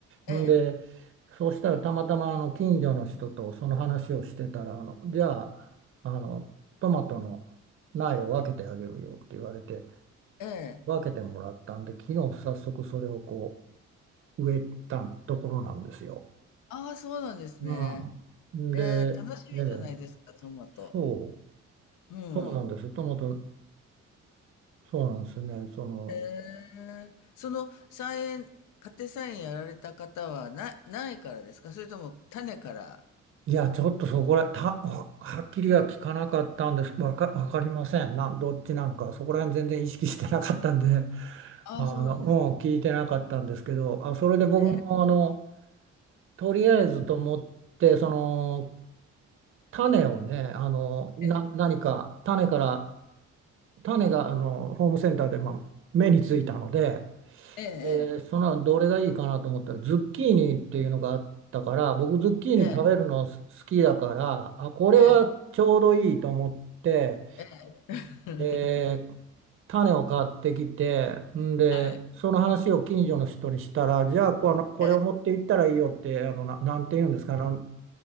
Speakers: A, on the right; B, on the left.
A: んで、
B: ええ
A: そうしたらたまたまあの近所の人とその話をしてたら、あの、じゃあ、あの、トマトの苗を分けてあげるよって言われて、
B: ええええええ
A: 分けてもらったんで、昨日早速それをこう植えたところなんですよ。
B: ああ、そうなんですね。
A: うん。
B: ええ、
A: で、
B: 楽しみじゃないですか、
A: ええ、
B: トマト。
A: そう、
B: うん。
A: そうなんです。トマト、そうなんですね。その、
B: ええ、その菜園、家庭菜園やられた方はな、ないからですかそれとも種から。
A: いや、ちょっとそこら、た、ははっきりは聞かなかったんです。わか、わかりません。なん、どっちなんか、そこら辺全然意識してなかったんで。
B: ああ、
A: あの、
B: そうなんです
A: うん、聞いてなかったんですけど、あ、それで僕もあの、
B: ね。
A: とりあえずと思って、その、種をね、あの、な、
B: ええ、
A: 何か、種から、種が、あの、ホームセンターで、まあ、目についたので、
B: ええ、え
A: で、その、
B: え、
A: どれがいいかなと思ったら、ズッキーニっていうのがあったから、僕、ズッキーニ食べるの好きだから、
B: え
A: あ、これはちょうどいいと思って、
B: え、ええ。
A: えー種を買ってきて、
B: <laughs>
A: んで、
B: はい。
A: その話を近所の人にしたら、じゃあこの、これを持って行ったらいいよって、
B: ええ、
A: あの、な、なんて言うんですか、あの、